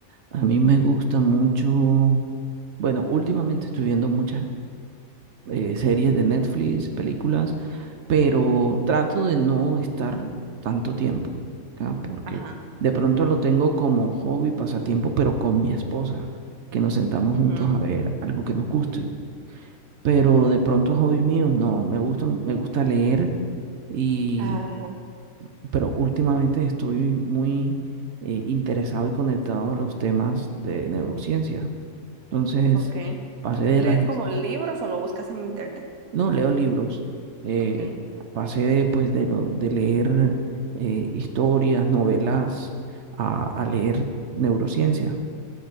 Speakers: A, on the right; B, on the right.
A: a mí me gusta mucho, bueno, últimamente estoy viendo muchas eh, series de Netflix, películas, pero trato de no estar tanto tiempo acá porque
B: Ajá.
A: de pronto lo tengo como hobby, pasatiempo, pero con mi esposa, que nos sentamos
B: ujú,
A: juntos a ver algo que nos guste. Pero de pronto hobbies míos, no, me gusta, me gusta leer y,
B: Ajá.
A: pero últimamente estoy muy eh, interesado y conectado a los temas de neurociencia. Entonces,
B: Ok.
A: pasé de
B: ¿Lees
A: las
B: como libros o lo buscas en internet?
A: No, leo libros. Eh,
B: Ok,
A: pasé de, pues, de, lo- de leer eh, historias, novelas, a, a leer neurociencia.